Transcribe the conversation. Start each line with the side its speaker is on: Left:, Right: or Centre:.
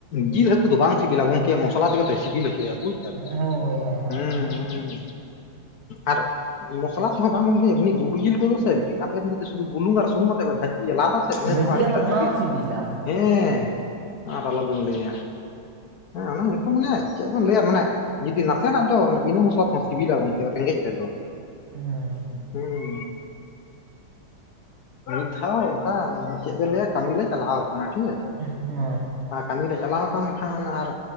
Left: ᱡᱤᱞ ᱦᱟᱹᱠᱩ ᱫᱚ ᱵᱟᱝ ᱥᱤᱵᱤᱞᱟ ᱜᱚᱝᱠᱮ ᱢᱚᱸᱥ ᱞᱟ ᱛᱮᱜᱮ ᱛᱚᱭ ᱥᱤᱵᱤᱞ ᱦᱚᱪᱚᱭᱟ ᱵᱩᱡ ᱫᱟᱵᱮᱱ᱾
Right: ᱦᱳᱭ ᱦᱮᱸ
Left: ᱦᱩᱸ,
Right: ᱵᱟᱠᱷᱟᱱ ᱫᱚ
Left: ᱦᱩᱸ, ᱟᱨ ᱢᱚᱥᱞᱟ ᱛᱮᱦᱚᱸ ᱵᱟᱝ ᱜᱚᱝᱠᱮ ᱮᱢᱱᱤ ᱜᱩᱰᱩ ᱡᱤᱞ ᱠᱚᱫᱚ ᱥᱮ ᱟᱵᱮᱱ ᱡᱩᱫᱤ ᱥᱩᱫᱩ ᱵᱩᱞᱩᱝ ᱟᱨ ᱥᱩᱱᱩᱢ ᱟᱛᱮ ᱵᱮᱱ ᱵᱷᱟᱹᱡᱤ ᱞᱟᱫᱼᱟ ᱥᱮ᱾ ᱤᱱᱟᱹ
Right: ᱵᱷᱟᱹᱡᱤᱭᱟ
Left: ᱛᱮᱦᱚᱸ ᱟᱹᱰᱤ ᱪᱮᱦᱨᱟ
Right: ᱦᱟᱸᱜ ᱚᱱᱟ
Left: ᱥᱤᱵᱤᱞ
Right: ᱦᱚᱸ ᱥᱤᱵᱤᱞᱟ᱾
Left: ᱦᱮᱸ ᱟᱨ ᱟᱞᱚᱵᱮᱱ ᱞᱟᱹᱭᱟ᱾ ᱦᱮᱸ ᱚᱱᱟ ᱧᱩᱛᱩᱢ ᱢᱟᱱᱮ ᱪᱮᱫ ᱵᱚᱱ ᱞᱟᱹᱭᱟ ᱢᱟᱱᱮ ᱡᱩᱫᱤ ᱱᱟᱥᱮᱱᱟᱜ ᱫᱚ ᱵᱤᱹᱱᱟᱹ ᱢᱚᱥᱚᱞᱟ ᱛᱮᱦᱚᱸ ᱥᱤᱵᱤᱞᱟ ᱜᱚᱝᱠᱮ ᱨᱮᱸᱜᱮᱡᱽ ᱨᱮᱫᱚ᱾
Right: ᱦᱩᱸ,
Left: ᱦᱩᱸ, ᱢᱤᱫᱷᱟᱣ ᱚᱝᱠᱟ ᱪᱮᱫ ᱵᱮᱱ ᱞᱟᱹᱭᱟ ᱠᱟᱹᱢᱤ ᱞᱮ ᱪᱟᱞᱟᱣ ᱟᱠᱟᱱᱟ ᱴᱷᱤᱠ ᱟᱪᱷᱮ,
Right: ᱦᱳᱭ,
Left: ᱟᱨ ᱠᱟᱹᱢᱤ ᱞᱮ ᱪᱟᱞᱟᱣ ᱟᱠᱟᱱ ᱠᱷᱟᱱ ᱟᱨ